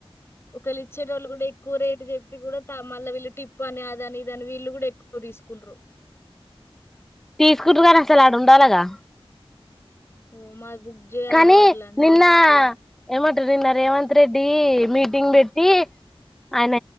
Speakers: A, on the left; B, in the centre.
A: కెల్ ఇచ్చేటోళ్ళు గూడా ఎక్కువ రేట్ జె ఈ గుడతా మళ్ళ వీళ్ళు టిప్పు అని అదని ఇదని వీళ్ళు గూడ ఎక్కువ తీసుకుండ్రు
B: తీసుకుట్రు గాని అసలు ఆడ ఉండాలగా
A: ఉ మాది జేయాలిరో
B: కానీ
A: అట్లా అంటే,
B: నిన్నా ఏం అంటిర్రి నిన్న రేవంత్ రెడ్డీ మీటింగ్ బెట్టి ఆయన